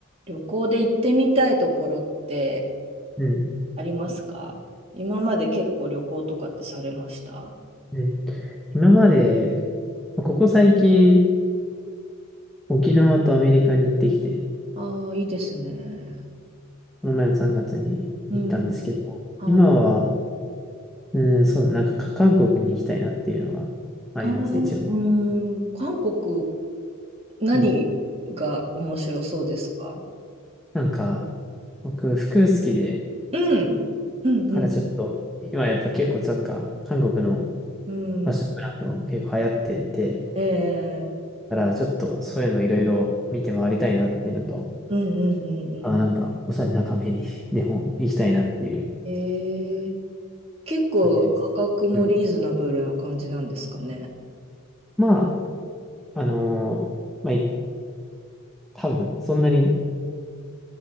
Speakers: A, on the right; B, in the centre.
A: 旅行で行ってみたいところって
B: うん、
A: ありますか今まで結構旅行とかってされました
B: うん。今まで、ここ最近、沖縄とアメリカに行ってきて、
A: ああ、いいですね。
B: この前の3月に行ったんですけど、
A: うん。はい。
B: 今は、うん、そうだ、なんかか韓国に行きたいなっていうのがあります、
A: ああ、うん、
B: 一応
A: 韓国、何が面白そうですか
B: うん。なんか、僕、服好きで、
A: うん、うん
B: からちょっと、今やっぱ結構なんか、韓国のフ
A: うん、
B: ァッションブランド結構流行ってて、
A: ええ
B: だからちょっとそういうのいろいろ見て回りたいなっていうのと、
A: うん。ええうんうんうん
B: あ、なんか、おしゃれなカフェに <laughs> でも行きたいなっていう
A: うん。ええ結構価格もリーズナブルな感じなんですかね。
B: 感じです。うんまあ、あのーまあ、い多分、そんなに